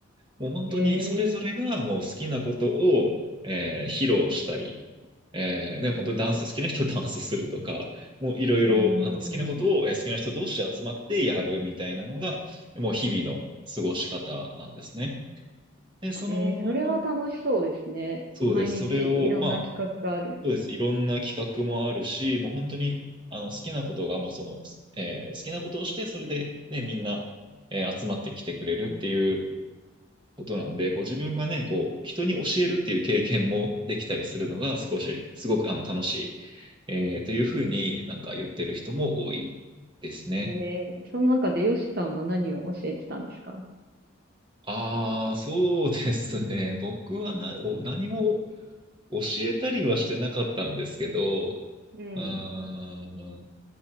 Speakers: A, on the right (about 25°); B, on the right (about 50°).
A: もう本当にそれぞれがもう好きなことを、
B: へえ。
A: えー披露したり、えーね、本当にダンス好きな人は <laughs> ダンスするとか、もういろいろあの好きなことを、
B: うんうんうん。
A: えー好きな人同士で集まってやるみたいなのが、もう日々の過ごし方なんですね。で、その、
B: えー、それは楽しそうですね。
A: そうです。
B: 毎日いろんな企画がある。
A: それを、まあ、そうです。いろんな企画もあるし、もう本当にあの好きなことがもうその、えー好きなことをして、それで、ね、みんな、えー集まってきてくれるっていうことなんで、こう自分がね、こう、人に教えるっていう経験もできたりするのが少し、すごくあの楽しい、えーというふうになんか言ってる人も多いですね。
B: えー、その中でヨシさんは何を教えてたんですか
A: ああ、そうですね。僕はな、お何も教えたりはしてなかったんですけど、
B: うん。
A: うーん、